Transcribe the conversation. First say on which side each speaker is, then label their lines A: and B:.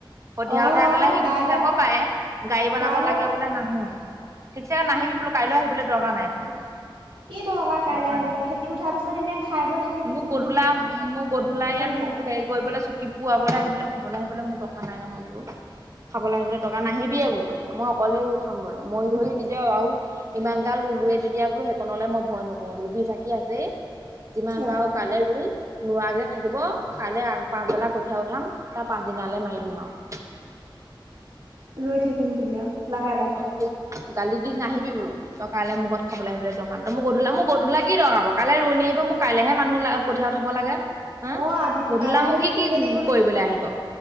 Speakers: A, on the right; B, on the right.
A: কঠিয়া
B: অ' অ'
A: উথাই পেলাই সি
B: কাইলৈ
A: গুচি যাব পাৰে গাড়ী বনাব
B: কাইলৈ
A: লাগে বোলে নাহো। ঠিকছেগে নাহিবি বোলো কাইলৈ আহিবলৈ দৰকাৰ নাই বোলো মই,
B: কি দৰকা কাইলৈ
A: দৰকাৰ
B: আহি
A: নাই।
B: বলে খেতি উঠাৰ পিছত এনে খাই বৈ থাকে,
A: মোক গধূলা মোক গধূলা ইয়াত
B: থাক
A: মোক হেৰি কৰিবলৈ চকী, পুৱাবলৈ আহিবলৈ শুবলৈ আহিবলৈ মোৰ দৰকাৰ নাই নহয় বোলো খাবলৈ আহিবলৈ দৰকাৰ নাহিবিয়ে বোলো। মই অকলে উঠাম বোলো মৰি ধৰি নিজৰ আৰু ইমান গাল ৰুলোৱে যেতিয়া বোলো সেইকণলে মই ভয় নকৰো বোলো বিশ আশী আছেই। যিমান
B: অ
A: পাৰো কাইলৈ ৰুম, নোৱাৰকেইটা থাকিব কাইলৈ আগ পাচবেলা কঠীয়া উঠাম তাৰ পাছ দিনালৈ মাৰি দিম আৰু
B: ৰৈ থাকিম বুলি আৰু লাহে লাহে।
A: অ গালি দি নাহিবি বোলো। তই কাইলে মুঘৰত খাবলৈ আহিবলৈ দকাৰ নাই। তই মোক গধূলা, মোক গধূলা কি দৰকাৰ বাৰু। কাইলৈ ৰোৱণী আহিব মোৰ কাইলেহে মানুহ কঠিয়া উঠাব লাগে। হা
B: অ আজি-আজি
A: গধূলা মোক
B: যদি সি
A: কি
B: যদি বোলে
A: কৰিবলৈ আহিব